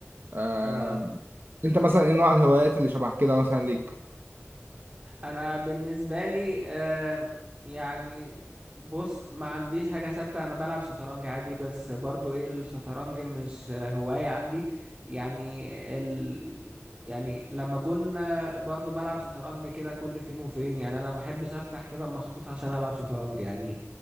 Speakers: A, on the right (about 45°); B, on the right (about 25°).
A: أه
B: اه
A: انت مثلا ايه نوع الهوايات اللي شبه كده مثلا ليك
B: انا بالنسبه لي آم، يعني بص ما عنديش حاجه ثابته انا بلعب شطرنج عادي بس برضو ايه الشطرنج مش آه، هوايه عندي يعني ال... يعني لما اكون آه، برضو بلعب شطرنج كده كل فين وفين يعني انا ما احبش افتح كده مخصوص عشان العب شطرنج يعني